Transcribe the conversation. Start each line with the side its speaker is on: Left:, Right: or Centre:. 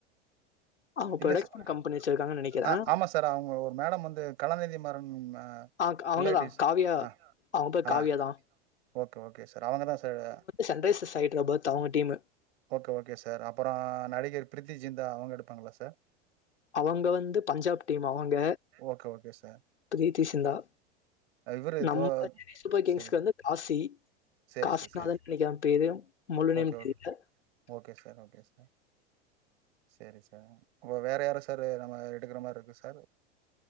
Left: அவங்க
Right: இல்ல
Left: ப்ரொடக்ஷன்
Right: சார்
Left: கம்பெனி வச்சிருக்காங்கன்னு நினைக்கிறேன்
Right: ஆ ஆமா சார் அவங்க ஒரு மேடம் வந்து கலாநிதிமாறன் அ
Left: ஆ அவங்கதா
Right: ரிலேட்டிவ்ஸ்
Left: காவியா
Right: ஆ
Left: அவங்க பேர்
Right: ஆ
Left: காவியாதா
Right: ஓகே ஓகே சார் அவங்க தா சார்ரு
Left: சன்ரைசர்சைடுரபத் அவங்க டீமு
Right: ஓகே ஓகே சார் அப்பறோ நடிகர் ப்ரீத்தி ஜிந்தா அவங்க எடுப்பாங்களா சார்
Left: அவங்க வந்து பஞ்சாப் டீம் அவங்க
Right: okay okay sir
Left: Preity Zinta
Right: இவரு
Left: நம்ம
Right: தோ
Left: சென்னை சூப்பர் கிங்ஸ்கு
Right: சரி
Left: வந்து காசி
Right: சரி
Left: காசிநாதன்னு
Right: சார் சரி
Left: நினைக்குரே அவ பேரு முழுநேம்
Right: ஓகே
Left: தெரியல.
Right: ஓகே ஓகே சார் ஓகே சார் சேரி சார் இப்போ வேறு யாரு சார் நம்ம எடுக்கிற மாரி இருக்கு சார்